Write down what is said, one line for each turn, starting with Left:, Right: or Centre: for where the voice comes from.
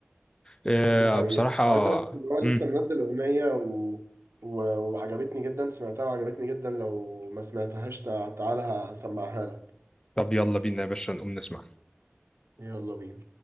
Left: آه،
Right: دي حقيقة
Left: بصراحة
Right: عايز اقول لك ان هو لسه
Left: مم.
Right: منزل اغنية و... و... وعجبتني جدا سمعتها وعجبتني جدا لو ما سمعتهاش تع- تعالى هسمعها لك
Left: طب يلا بينا يا باشا نقوم نسمع
Right: يلا بينا